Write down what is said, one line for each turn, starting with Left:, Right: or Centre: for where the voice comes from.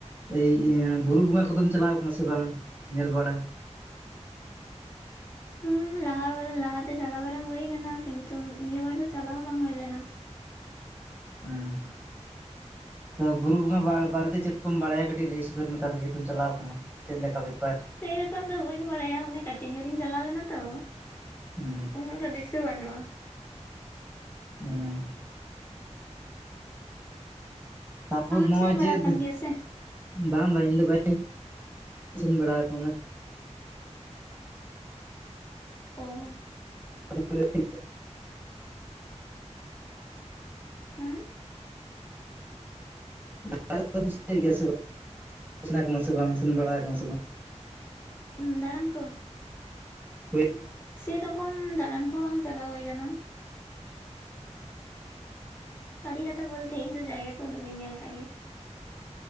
Right: ᱮᱭ ᱤᱭᱟᱹ ᱵᱩᱨᱩ ᱵᱚᱸᱜᱟ ᱠᱚᱫᱚᱢ ᱪᱟᱞᱟᱣ ᱠᱟᱱᱟ ᱥᱮ ᱵᱟᱝ ᱧᱮᱞ ᱵᱟᱲᱟ
Left: ᱩᱸᱢ ᱞᱟᱦᱟ <unintelligible> ᱞᱟᱦᱟᱛᱮ ᱪᱟᱞᱟᱣ ᱵᱟᱲᱟ ᱦᱩᱭ ᱠᱟᱱᱟ ᱠᱤᱱᱛᱩ ᱱᱤᱭᱟᱹ ᱵᱟᱨ ᱫᱚ ᱪᱟᱞᱟᱣ ᱦᱚᱸ ᱵᱟᱝ ᱦᱩᱭ ᱞᱮᱱᱟ
Right: ᱦᱩᱸ ᱛᱚ ᱵᱩᱨᱩ ᱵᱚᱸᱜᱟ ᱵᱟ ᱵᱟᱨᱮᱛᱮ ᱪᱮᱫ ᱠᱚᱢ ᱵᱟᱲᱟᱭᱟ ᱠᱟᱹᱴᱤᱡ ᱞᱟᱹᱭ ᱥᱚᱫᱚᱨ ᱢᱮ ᱛᱟᱦᱞᱮ ᱡᱮᱦᱮᱛᱩᱢ ᱪᱟᱞᱟᱣ ᱟᱠᱟᱱᱟ ᱪᱮᱫ ᱞᱮ ᱞᱮᱠᱟ ᱵᱮᱯᱟᱨ
Left: ᱥᱮᱨᱚᱠᱚᱢ ᱫᱚ ᱵᱟᱹᱧ ᱵᱟᱲᱟᱭᱟ ᱢᱟᱱᱮ ᱠᱟᱹᱴᱤᱡ ᱧᱚᱜ ᱨᱤᱧ ᱪᱟᱞᱟᱣ ᱞᱮᱱᱟ ᱛᱚ
Right: ᱦᱮᱻᱸ
Left: ᱩᱱᱟᱹᱜ ᱫᱚ ᱫᱤᱥᱟᱹ ᱵᱟᱹᱱᱩᱜᱼᱟ
Right: ᱦᱩᱸᱻ <unintelligible>
Left: ᱟᱢᱮᱢ ᱥᱮᱱ ᱵᱟᱲᱟ
Right: <unintelligible>
Left: ᱟᱠᱟᱱ ᱜᱮᱭᱟ ᱥᱮ
Right: ᱵᱟᱝ ᱵᱟᱝ ᱤᱧ ᱫᱚ ᱵᱟᱹ <inaudible> ᱥᱮᱱ ᱵᱟᱲᱟ <inaudible>
Left: ᱚ
Right: <inaudible>
Left: ᱦᱩᱸ
Right: <unintelligible> ᱥᱮ ᱵᱟᱝ ᱥᱮᱱ ᱵᱟᱲᱟ ᱟᱠᱟᱱᱟᱢ ᱥᱮ ᱵᱟᱝ
Left: ᱩᱸ ᱫᱟᱬᱟᱱ ᱠᱚ
Right: <unintelligible>
Left: ᱥᱮ ᱨᱚᱠᱚᱢ ᱫᱟᱬᱟᱱ ᱠᱚᱦᱚᱸ ᱵᱟᱝ ᱪᱟᱞᱟᱣ ᱦᱳᱭ ᱠᱟᱱᱟ᱾ ᱥᱟᱹᱨᱤ ᱠᱟᱛᱷᱟ ᱵᱚᱞᱛᱮ ᱤᱧ ᱫᱚ ᱡᱟᱭᱜᱟ ᱠᱚ ᱩᱱᱟᱹᱜ ᱵᱟᱹᱧ ᱧᱮᱞ ᱠᱟᱜ ᱜᱮ